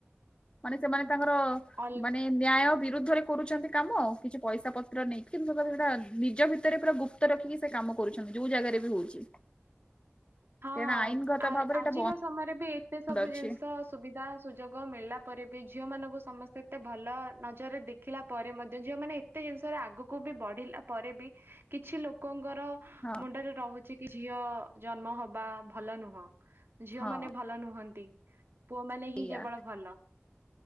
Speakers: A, on the left; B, on the right.
A: ମାନେ ସେମାନେ ତାଙ୍କର
B: ଅଲଗା
A: ମାନେ ନ୍ୟାୟ ବିରୁଦ୍ଧରେ କରୁଛନ୍ତି କାମ କିଛି ପଇସା ପ ତ୍ର ନେଇ କିନ୍ତୁ ସେଟା ନିଜ ଭିତରେ ପୁରା ଗୁପ୍ତ ରଖିକି ସେ କାମ କରୁଛନ୍ତି ଯୋଉ ଜାଗାରେ ବି ହଉଛି।
B: ହଁ
A: ତେଣୁ ଆଇନଗତ
B: ଆ
A: ଭାବରେ
B: ଆଜିକା
A: ଏଇଟା
B: ସମୟରେ ବି ଏତେ
A: ବନ୍ଦ
B: ସବୁ
A: ଅଛି
B: ଜିନିଷ। ସୁବିଧା ସୁଯୋଗ ମିଳିଲା ପରେ ବି ଝିଅ ମାନଙ୍କୁ ସମସ୍ତେ ଏତେ ଭଲ ନଜରରେ ଦେଖିଲା ପରେ ମଧ୍ୟ ଝିଅମାନେ। ଏତେ ଜିନିଷରେ ଆଗକୁ ବି ବଢିଲା ପରେ ବି କିଛି ଲୋକଙ୍କର।
A: ହଁ
B: ମୁଣ୍ଡରେ ରହୁଛି କି ଝିଅ ଜନ୍ମ ହବା ଭଲ ନୁହଁ। ଝିଅ
A: ହଁ
B: ମାନେ ଭଲ ନୁହନ୍ତି ପୁଅ ମାନେ ହିଁ
A: ଏଇଆ
B: କେବଳ ଭଲ।